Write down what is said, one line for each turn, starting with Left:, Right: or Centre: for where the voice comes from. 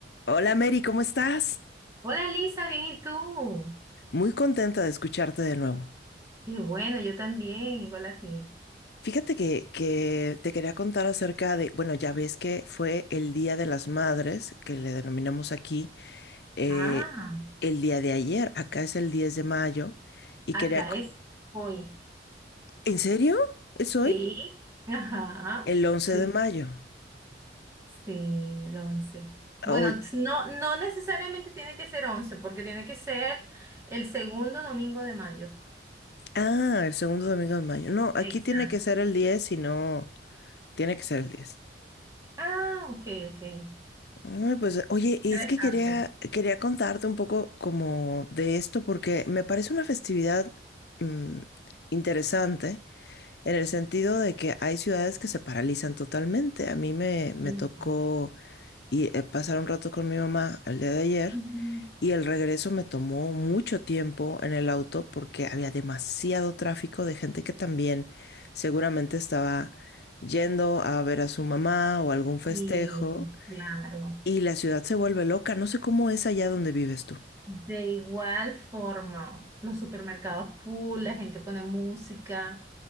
Left: Hola Mary, ¿cómo estás?
Right: Hola Elisa, bien, ¿y tú?
Left: Muy contenta de escucharte de nuevo.
Right: Qué bueno, yo también, igual a ti.
Left: Fíjate que, que te quería contar acerca de, bueno, ya ves que fue el Día de las Madres, que le denominamos aquí, eh,
Right: Ah,
Left: el día de ayer. Acá es el 10 de mayo y
Right: acá
Left: quería... co-
Right: es hoy.
Left: ¿En serio? ¿Es hoy?
Right: Sí, ajá,
Left: El 11
Right: sí,
Left: de mayo.
Right: sí, el 11. Bueno,
Left: Hoy-
Right: t- no, no necesariamente tiene que ser 11, porque tiene que ser el segundo domingo de mayo.
Left: Ah, el segundo domingo de mayo. No, aquí
Right: Exacto.
Left: tiene que ser el 10, si no, tiene que ser el 10.
Right: Ah, ok, ok.
Left: Ay, pues oye, es
Right: Interesante.
Left: que quería, quería contarte un poco como de esto porque me parece una festividad mm, interesante en el sentido de que hay ciudades que se paralizan totalmente. A mí me, me
Right: Niño.
Left: tocó y, eh, pasar un rato con mi mamá el día de ayer
Right: Ujú.
Left: y el regreso me tomó mucho tiempo en el auto porque había demasiado tráfico de gente que también seguramente estaba yendo a ver a su mamá o algún festejo.
Right: Sí, claro.
Left: Y la ciudad se vuelve loca. No sé cómo es allá donde vives tú.
Right: De igual forma, los supermercados full, la gente pone música,